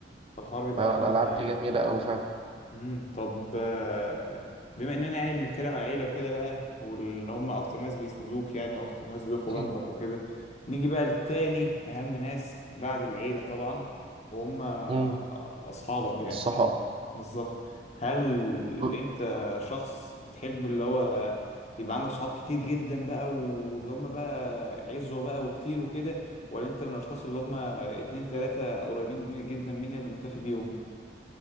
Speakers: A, on the left; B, on the right.
A: فالحوار بيبقى
B: آه، الالعاب
A: ممتع يعني
B: دي جميلة اوي فعلا
A: امم طب آه، بما اننا يعني بنتكلم على العيله وكده بقى وان هم اكتر ناس بيسندوك يعني واكتر ناس بيقفوا
B: <clears throat>
A: جنبك وكده نيجي بقى لتاني اهم ناس بعد العيله طبعا وهم
B: امم
A: اصحابك يعني
B: الصحاب
A: بالظبط هل
B: مم.
A: انت شخص بتحب اللي هو يبقى عندك صحاب كتير جدا بقى واللي هم بقى عزوه بقى وكتير وكده ولا انت من الاشخاص اللي هم اتنين تلاته قريبين جدا مني انا مكتفي بيهم